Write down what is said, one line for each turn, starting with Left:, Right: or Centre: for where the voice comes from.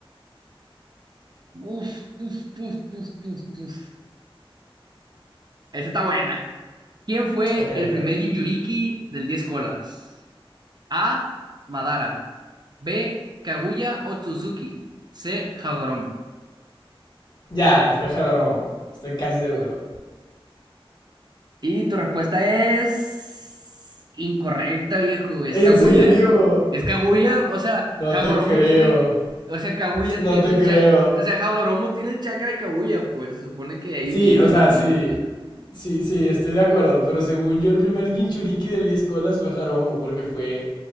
Right: Uf, uf, uf, uf, uf, uf. Esta está buena. ¿Quién fue
Left: Ok,
Right: el
Left: ok.
Right: primer Jinchuriki del 10 colas? A. Madara. B. Kaguya Otsutsuki. C. Hagoromo.
Left: Ya, fue Jodromo. Estoy casi seguro.
Right: Y tu respuesta es incorrecta, viejo. Es
Left: ¿En
Right: Kaguya.
Left: serio?
Right: Es Kaguya, o sea,
Left: No
Right: Hagoromo
Left: te creo.
Right: tiene, o sea, Kaguya
Left: No
Right: tiene
Left: te
Right: el
Left: creo.
Right: chakra, o sea, Hagoromo tiene el chakra de Kaguya, pues se supone que de ahí
Left: Sí,
Right: vienen
Left: o sea,
Right: los brillos,
Left: sí.
Right: pues.
Left: Sí, sí, estoy de acuerdo. Pero según yo, el primer Jinchuriki del 10 colas fue Jaromo, porque fue